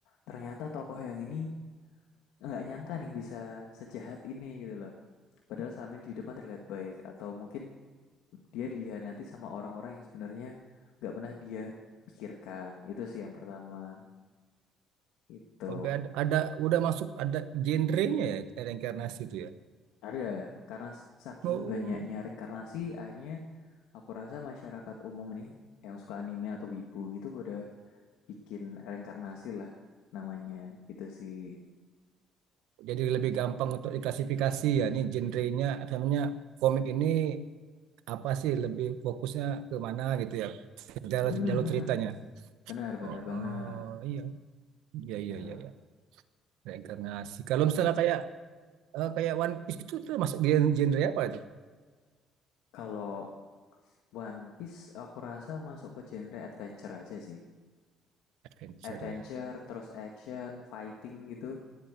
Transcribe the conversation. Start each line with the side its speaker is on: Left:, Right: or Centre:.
Left: ternyata tokoh yang ini nggak nyangka nih bisa sejahat ini gitu loh. Padahal selama ini di depan terlihat baik atau mungkin dia dihianati sama orang-orang yang sebenarnya nggak pernah dia pikirkan. Itu sih yang pertama. Itu
Right: Ada, ada udah masuk ada genrenya ya reinkarnasi itu
Left: ada karena saking
Right: Oh,
Left: banyaknya reinkarnasi akhirnya aku rasa masyarakat umum nih yang suka anime atau wibu gitu pada bikin reinkarnasi lah namanya itu sih.
Right: jadi lebih gampang untuk diklasifikasi ya. Ini genrenya, apa namanya komik ini apa sih lebih fokusnya ke mana gitu ya? ke Jalur,
Left: Hmm,
Right: jalur
Left: hmm,
Right: ceritanya.
Left: hmm. Benar
Right: Oh,
Left: benar banget.
Right: oh, iya, iya, iya,
Left: Aduh,
Right: iya, iya. Reinkarnasi. Kalau misalnya kayak eh, kayak One Piece gitu, itu tuh masuk gen- genre apa itu?
Left: kalau One Piece aku rasa masuk ke genre adventure aja sih.
Right: Adventure
Left: Adventure,
Right: ya.
Left: terus action, fighting gitu,